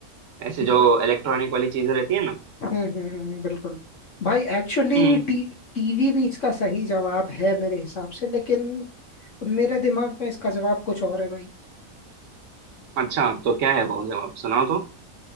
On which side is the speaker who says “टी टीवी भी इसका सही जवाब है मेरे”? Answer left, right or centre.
Left